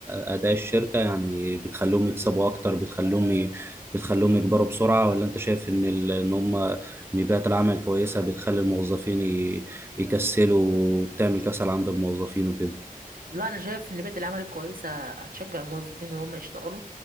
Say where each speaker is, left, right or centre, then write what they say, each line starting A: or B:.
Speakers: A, on the right; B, on the right.
A: أداء الشركة يعني بتخليهم يكسبوا أكتر بتخليهم ي... بتخليهم يكبروا بسرعة ولا أنت شايف إن ال... إن هم إن بيئة العمل الكويسة بتخلي الموظفين ي... يكسلوا وبتعمل كسل عند الموظفين وكده
B: لا انا شايف ان بيئه العمل الكويسه هتشجع الموظفين ان هم يشتغلوا